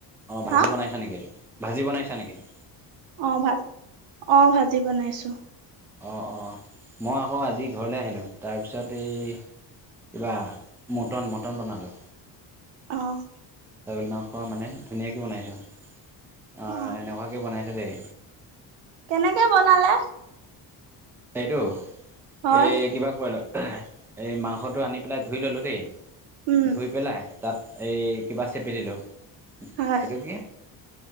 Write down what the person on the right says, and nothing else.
হা
অ ভাত অ ভাজি বনাইছো।
অহ।
অ
কেনেকে বনালে
হয়
উম
হয়